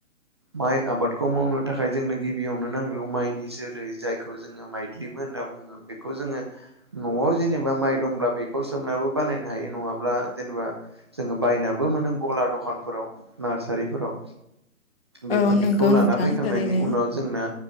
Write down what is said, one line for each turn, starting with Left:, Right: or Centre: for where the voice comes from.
Right: माइ आबादखौ मावनो थाखाय जोंनो गिबियावनो नांग्रोगौ माइनि जोलै। जायखौ जोङो माइलिबो होनना बुङो बेखौ जोङो। न'आव जेनेबा माइ दंब्ला बेखौ सोमनायाबो बानायनो हायो नङाब्ला जेनेबा। जोङो बायनाबो मोनो गला दखानफोराव नार्सारिफोराव बेफोरनिखौ
Left: औ नंगौ
Right: लाना
Left: नोंथां
Right: फैखांनायनि
Left: थारैनो
Right: उनाव जोंना